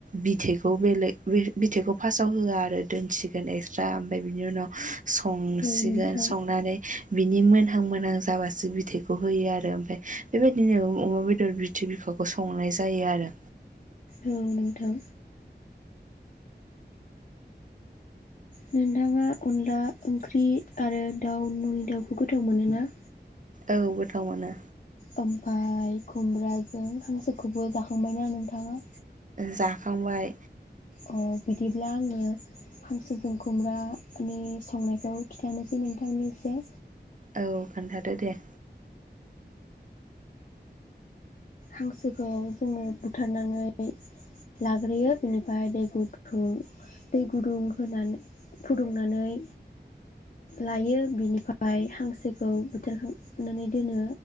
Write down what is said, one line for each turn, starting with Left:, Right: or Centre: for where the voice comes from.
Right: बिथैखौ बेलेग बिथखौ फासआव होआ आरो दोन सिगोन एक्सट्रा ओमफ्राय बिनि उनाव संसिगोन
Left: औ नोंथां
Right: संनानै बिनि मोनहां मोनहां जाबासो बिथैखौ होयो आरो ओमफ्राय बेबायदिनो अमा बेदर बिथै बिखाखौ संनाय जायो। आरो
Left: औ नोंथां। नोंथाङा अनला ओंख्रि आरो दाउ न'नि दाउखौ गोथाव मोनोना
Right: औ गोथाव मोनो।
Left: ओमफाय खुमब्राजों हांसोखौबो जाखांबायना नोंथाङा।
Right: जाखांबाय
Left: अ बिदिब्ला आङो हांसोजों खुमब्रानि संनायखौ खिन्थानोसै नोंथांनि एसे
Right: औ खोन्थादो दे।
Left: हांसोखौ जोङो बुथारनानै लाग्रोयो बिनिफ्राय दै गुथु दै गुदुं होनानै फुदुंनानै लायो बिनिफ्राय हांसोखौ बोथोरखो फुनानै दोनो